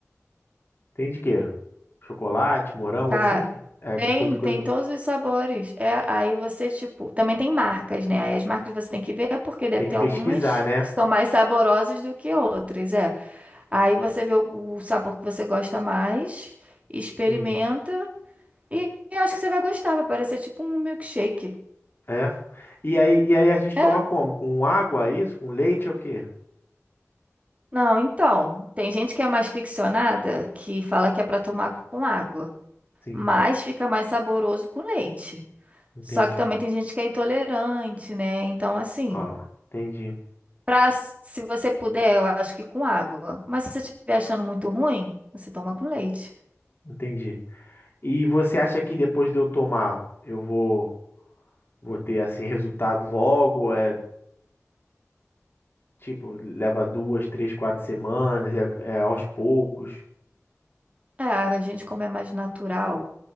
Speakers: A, on the left; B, on the right.
A: Tem de quê? Chocolate, morango,
B: Tá.
A: assim? É
B: Tem,
A: coisa, coisa.
B: tem todos os sabores. É, aí você, tipo, também tem marcas, né? Aí as marcas você tem que ver, porque deve
A: Tem
B: ter
A: que pesquisar,
B: algumas
A: né?
B: que são mais saborosas do que outras, é. Aí você vê o, o sabor que você gosta mais, experimenta
A: Sim.
B: e, e acho que você vai gostar, vai parecer tipo um milkshake.
A: É. E aí, e aí a gente
B: É.
A: toma como? Com água, é isso? Com leite é o quê?
B: Não, então, tem gente que é mais ficcionada, que fala que é pra tomar com água,
A: Sim,
B: mas fica mais saboroso com leite.
A: entendi.
B: Só que também tem gente que é intolerante, né? Então, assim,
A: Ah, entendi.
B: Pra, se você puder, eu acho que com água. Mas se você estiver achando muito ruim, você toma com leite.
A: Entendi. E você acha que depois de eu tomar, eu vou, vou ter assim resultado logo? É tipo, leva duas, três, quatro semanas, é, é aos poucos.
B: É, a gente, como é mais natural,